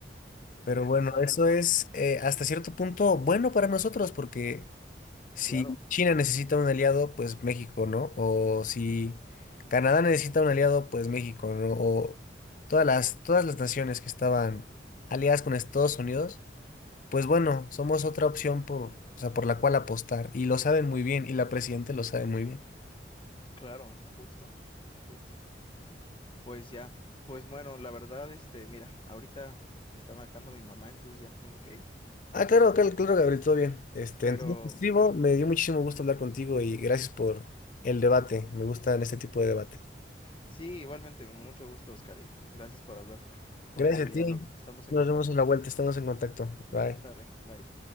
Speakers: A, on the left (about 50°); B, on the left (about 30°).
A: Pero bueno,
B: exacto.
A: eso es eh, hasta cierto punto bueno para nosotros porque Si
B: Claro,
A: China necesita un aliado, pues México, ¿no? O si Canadá necesita un aliado, pues México, ¿no? O todas las, todas las naciones que estaban aliadas con Estados Unidos, pues bueno, somos otra opción por, o sea, por la cual apostar. Y lo saben muy bien, y la presidenta lo sabe muy bien.
B: claro, justo, justo. Pues ya, pues bueno, la verdad, este, mira, ahorita me está marcando mi mamá, entonces ya me tengo que ir.
A: Ah, claro, claro, claro, Gabriel, todo bien. Este,
B: Pero
A: entonces te escribo, me dio muchísimo gusto hablar contigo y gracias por el debate. Me gustan este tipo de debate.
B: sí, igualmente, mucho gusto, Oscar, y gracias por hablar c- conmigo,
A: Gracias
B: ya
A: a ti.
B: luego estamos
A: Nos
B: en contacto.
A: vemos en la vuelta, estamos en contacto. Bye.
B: Sale, bye.